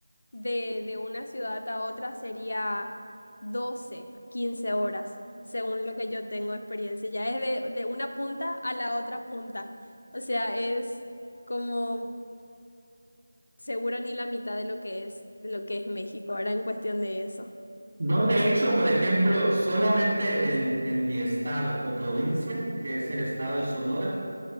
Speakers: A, on the left; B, on the right.
A: de, de una ciudad a otra sería 12 a 15 horas, según lo que yo tengo de experiencia. Ya es de, de una punta a la otra punta. O sea, es como seguro ni la mitad de lo que es, de lo que es México, ahora en cuestión de eso.
B: No, de hecho, por ejemplo, solamente en, en mi estado o provincia, que es el estado de Sonora,